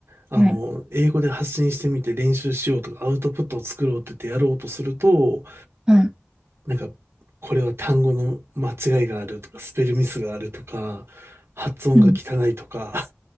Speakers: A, on the right; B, on the right.
A: あの、
B: はい、
A: 英語で発信してみて練習しようとか、アウトプットを作ろうって言ってやろうとすると、
B: はい。
A: なんか、これは単語の間違いがあるとか、スペルミスがあるとか、発音が汚いとか、
B: うん